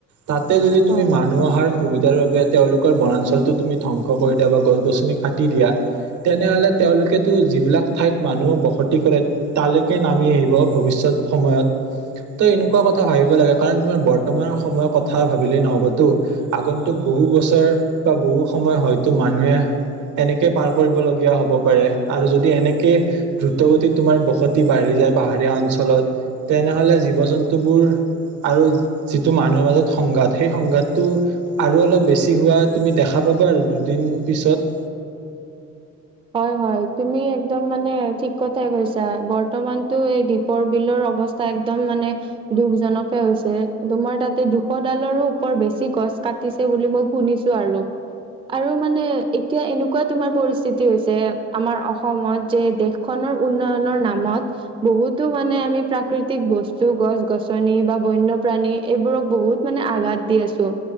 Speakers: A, on the right; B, on the right.
A: তাতে যদি তুমি
B: হয়।
A: মানুহ অহাৰ সুবিধাৰ বাবে তেওঁলোক ৰ বনাঞ্চলটো তুমি ধ্বংস কৰি দিয়া বা গছ-গছনি কাটি দিয়া তেনেহ'লে তেওঁলোকেতো যিবিলাক ঠাইত মানুহ বসতি কৰে তালৈকে নামি আহিব ভৱিষ্যত সময়ত। ত এনেকুৱা কথা ভাবিব লাগে কাৰণ তোমাৰ বৰ্তমান সময়ৰ কথা ভাবিলেই নহবতো। আগন্তুক বহু বছৰ বা বহু সময় হয়তো মানুহে এনেকে পাৰ কৰিবলগীয়া হ'ব পাৰে আৰু যদি এনেকে দ্ৰুতগতিত তোমাৰ বসতি বাঢ়ি যায় পাহাৰীয়া অঞ্চলত তেনেহ'লে জীৱ জন্তুবোৰ আৰু যিটো মানুহৰ মাজত সংঘাত সেই সংঘাটো আৰু অলপ বেছি হোৱা তুমি দেখা <unintelligible> দুদিন পিছত
B: হয়, হয়, তুমি একদম মানে ঠিক কথাই কৈছা৷ বৰ্তমানটো এই দীপৰ বিলৰ অৱস্থা একদম মানে দুখজনকে হৈছে, তোমাৰ তাতে দুশ ডালৰো ওপৰ বেছি‌ গ গছ কাটিছে বুলি মই শুনিছোঁ আৰু, আৰু মানে এতিয়া এনেকুৱা তোমাৰ পৰিস্থি হৈছে আমাৰ অসমত যে, দেশখনৰ উন্নয়নৰ নামত বহুতো মানে আমি প্ৰাকৃতিক বস্তু, গছ গছনি বা বন্যপ্ৰাণী এইবোৰক বহুত মানে আঘাত দি আছোঁ।